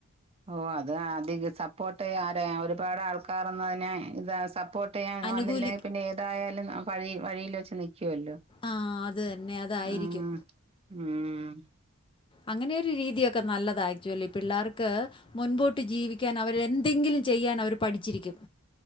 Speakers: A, on the right (about 25°); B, on the left (about 20°).
A: ഓഹ് അത് അധിക സപ്പോർട്ട് ചെയ്യ ആരെ ഒരുപാട് ആൾക്കാരൊന്നു അതിനെ ഇത് സപ്പോർട് ട്ടെയ്യാൻ
B: അനുകൂലി
A: വന്നില്ലെങ്കി പിന്നെ ഏതായാലും വഴി വഴിയിൽ വെച്ച് നിക്കുവല്ലോ.
B: ആഹ് അത് തന്നെ. അതായിരിക്കും.
A: ആഹ് ഉം.
B: അങ്ങനെയൊരു രീതിയൊക്കെ നല്ലതാ ആക്ച്വലി പിള്ളേർക്ക് മുൻപോട്ട് ജീവിക്കാൻ അവരെ എന്തെങ്കിലും ചെയ്യാൻ അവർ പഠിച്ചിരിക്കും